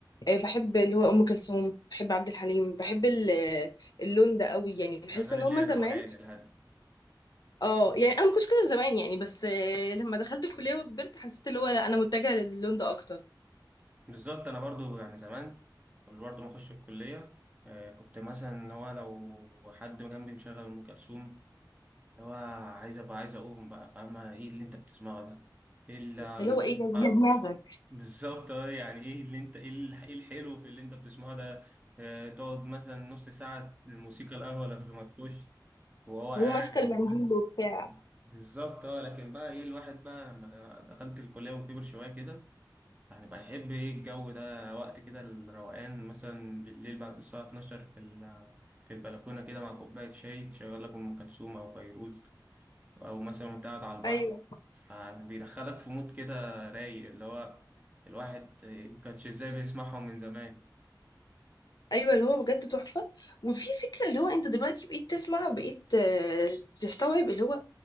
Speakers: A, on the left; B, on the right.
A: آه، بحب اللي هو ام كلثوم بحب عبد الحليم بحب ال- آه، اللون ده قوي يعني بحس
B: الاغاني
A: ان
B: اللي
A: هما
B: هي
A: زمان
B: الروقان الهاديه
A: اه يعني انا ما كنتش كده زمان يعني بس آه، لما دخلت الكليه وكبرت حسيت اللي هو لا انا متجهه للون ده اكتر
B: بالظبط انا برضو يعني زمان قبل برضو ما اخش الكليه آه، كنت مثلا اللي هو لو حد جنبي مشغل ام كلثوم اللي هو عايز ابقى عايز اقوم بقى فاهمه ايه اللي انت بتسمعه ده ايه اللي
A: اللي
B: النفس-
A: هو ايه يا
B: آه،
A: يا دماغك
B: <laughs> بالظبط آه، يعني ايه اللي انت ايه الح- إيه الحلو في اللي انت بتسمعه ده آه، تقعد مثلا نص ساعه الموسيقى الاول قبل ما تخش وهو قاعد
A: وماسكه المنديل
B: بس-
A: وبتاع
B: بالظبط اه لكن بقى ايه الواحد بقى لما دخلت الكليه وكبر شويه كده يعني بحب ايه الجو ده وقت كده الروقان مثلا بالليل بعد الساعة 12 في ال- في البلكونة كده مع كوباية شاي تشغل لك أم كلثوم أو فيروز أو مثلا وأنت قاعد على البحر
A: أيوه.
B: فبيدخلك في مود كده رايق اللي هو الواحد مكانش ازاي بيسمعهم من زمان
A: ايوه اللي هو بجد تحفه وفي فكره اللي هو انت دلوقتي بقيت تسمع بقيت آه، تستوعب اللي هو